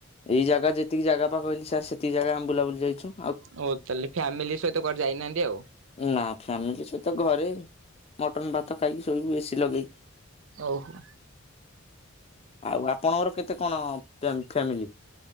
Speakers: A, on the left; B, on the right.
A: ଏଇ ଜାଗା ଯେତିକି ଜାଗା ପା କହିଲି ସାର୍ ସେତିକ ଜାଗା ଆମବୁଲାବୁଲିାଇଛୁ।
B: ହଉ ତାହେଲେ ଫ୍ୟାମିଲି ସହିତ କୁଆଡେ ଯାଇନାହାନ୍ତି ଆଉ।
A: ନା ଫ୍ୟାମିଲି ସହିତ ଘରେ ମଟନ ଭାତ ଖାଇକି ଶୋଇବୁ ଏସିି ଲଗେଇକି।
B: ହଉ।
A: ଆଉ ଆପଣଙ୍କର କେତେ କଣ ଫ୍ୟାମିଲି?